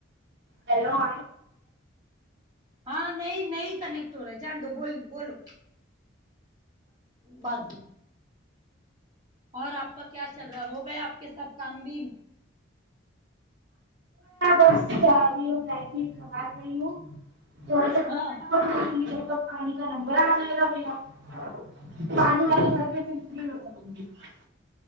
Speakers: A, on the right; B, on the right.
A: اللو م
B: ہاں نہیں نہیں کنیکٹ ہو رہا ہے جان دو بول بولو باکی اور آپ کا کیا چل رہا ہے ہو گیا آپ کے سب کام بھی
A: ی کمائی رہی ہ ہو تھا
B: ہاں
A: ب پانی کا نمبر آ ل گا میرا <unintelligible>